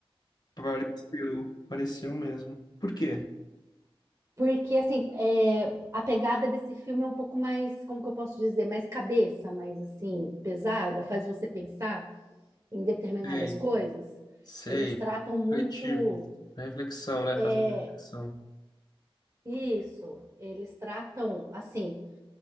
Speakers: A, on the left (about 45°); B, on the right (about 35°).
A: Pareceu, pareceu mesmo. Por quê?
B: Porque, assim, é, a pegada desse filme é um pouco mais, como que eu posso dizer, mais cabeça, mais, assim, pesada, faz você pensar em determinadas
A: Sei,
B: coisas.
A: sei.
B: Eles tratam muito
A: Refletivo. Reflexão, né? Faz
B: é,
A: uma reflexão.
B: isso, eles tratam, assim,